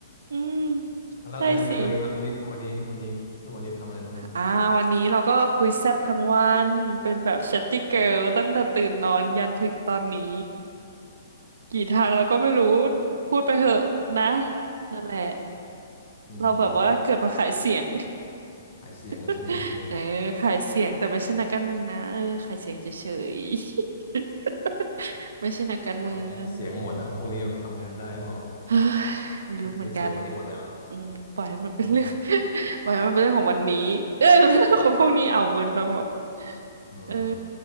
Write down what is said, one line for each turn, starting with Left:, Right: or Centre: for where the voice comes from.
Right: อืม
Left: แล้วงานเธอเป็นยังไงบ้างวันนี้วันนี้วันนี้วันนี้ทำอะไรบ้าง
Right: ใช่สิ อ่าวันนี้เราก็คุยแซ่บทั้งวันเป็นแบบ chatty girl ตั้งแต่ตื่นนอนยันถึงตอนนี้กี่ทางเราก็ไม่รู้พูดไปเหอะนะนั่นแหละ
Left: อืม
Right: เราแบบว่าเกิดมาขายเสียง
Left: ขายเสียงใช่ไหมเออ
Right: <laughs> เออขายเสียงแต่ไม่ใช่นักการเมืองนะเออขายเสียงเฉยๆ <laughs> ไม่ใช่นักการเมือง
Left: ระวังเสียงหมดนะพวกนี้แบบทำงานได้หรือเปล่า
Right: เฮ้ยไม่รู้เหมือนกัน
Left: ไม่ใช้เสียงวันนี้หมดแล้วนะ
Right: อืมปล่อยให้มันเป็นเรื่อง
Left: เออ
Right: <laughs> ปล่อยให้มันเป็นเรื่องของวันนี้เออเรื่องของพวกนี้เอาเมินไปหมด
Left: อืม
Right: เออ